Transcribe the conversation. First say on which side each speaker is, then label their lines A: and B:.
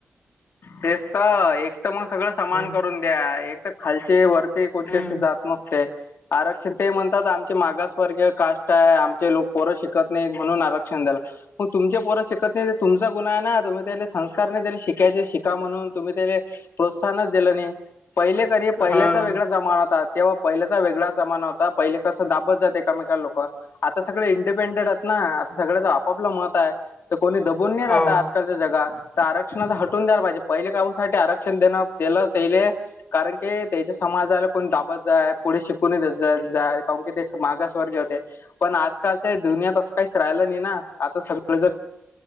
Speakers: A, on the left; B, on the left.
A: तेच तर एक तर मग सगळं समान
B: हम्म
A: करून द्या एक तर खालचे वर. ते कोण
B: हम्म
A: चीशी जात नसते. आरक्षण ते म्हणतात आमचे मागासवर्गीय काष्ट आहे आमचे लोक पोरं शिकत नाहीत म्हणून आरक्षण देल. मग तुमच्या पोर शिकत नाही तुमचा गुन्हा आहे ना तुम्ही त्या संस्कार नाही देले. शिकायचे शिका म्हणून, तुम्ही काय प्रोत्साहनच दिलं नाही. पहिले कणी पहिल्या
B: हा.
A: चा वेगळ्या जमाना होता. तेव्हा पहिल्याचा वेगळा जमाना होता, पहिले कसं दाबत जात एकामेका लोक. आता सगळे इंडिपेंडेंट आहेत ना, आता सगळ्याचं आपापलं मत आहे. तर कोणी दबून नाही
B: हा.
A: राहत आजकालच्या जगात तर क्षण हाटून द्यायला पाहिजे, पहिले काऊसाठी आरक्षण देणं दिलं त्यायले कारण की त्याच्या समाजाला कोणी दाबत जाय, पुढे शिकून जा य का वुन की ते मागासवर्गे होते पण आजकाल दुनियात असं राहिलं नाही ना, आता सगळं जर